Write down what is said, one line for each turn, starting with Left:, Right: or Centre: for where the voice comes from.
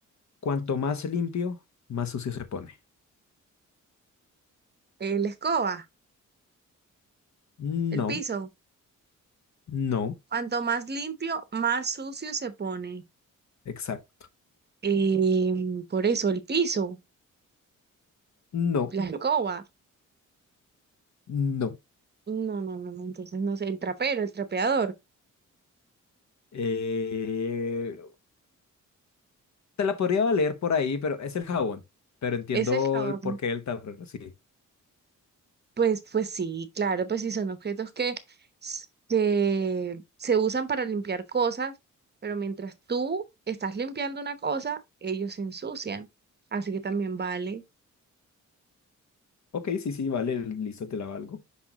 Left: Cuanto más limpio, más sucio se pone.
Right: Eh, La escoba,
Left: No,
Right: el piso.
Left: no,
Right: Cuanto más limpio, más sucio se pone.
Left: exacto.
Right: Em, por eso, el piso,
Left: No,
Right: la No. escoba.
Left: no.
Right: No, no, no, no, entonces no sé, el trapero, el trapeador,
Left: eh, te la podría valer por ahí, pero es el jabón. Pero entiendo
Right: ese es el jabón.
Left: el porqué del tablero, sí.
Right: Pues, pues sí, claro, pues sí, son objetos que, s- que se usan para limpiar cosas, pero mientras tú estás limpiando una cosa, ellos se ensucian. Así que también vale,
Left: Ok, sí, sí, vale, listo, te la valgo.